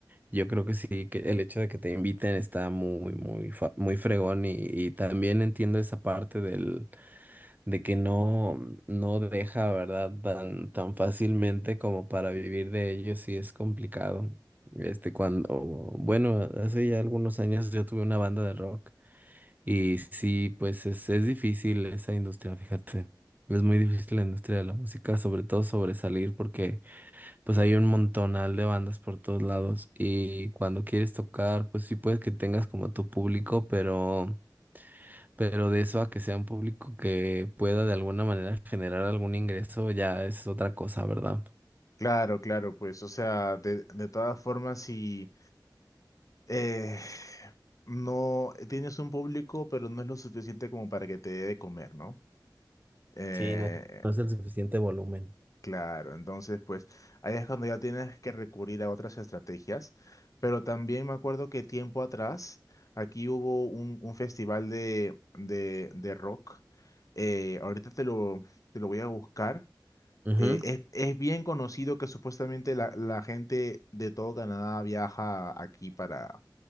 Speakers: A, on the right; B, on the left.
A: yo creo que sí, que el hecho de que te inviten está muy, muy, fa- muy fregón y, y también entiendo esa parte del. de que no, no deja, ¿verdad? Tan, tan fácilmente como para vivir de ello, sí es complicado. Este, cuando, bueno, hace ya algunos años yo tuve una banda de rock y sí, pues es, es difícil esa industria, fíjate. Es muy difícil la industria de la música, sobre todo sobresalir, porque pues hay un montonal de bandas por todos lados y cuando quieres tocar, pues sí puedes que tengas como tu público, pero pero de eso a que sea un público que pueda de alguna manera generar algún ingreso ya es otra cosa, ¿verdad?
B: Claro, claro, pues, o sea, de, de todas formas, si eh, no tienes un público, pero no es lo suficiente como para que te dé de comer, ¿no? Eh,
A: Sí, no, no es el suficiente volumen.
B: Claro, entonces pues ahí es cuando ya tienes que recurrir a otras estrategias, pero también me acuerdo que tiempo atrás aquí hubo un, un festival de, de, de rock, eh, ahorita te lo, te lo voy a buscar,
A: Ujú,
B: eh, es, es bien conocido que supuestamente la, la gente de todo Canadá viaja aquí para,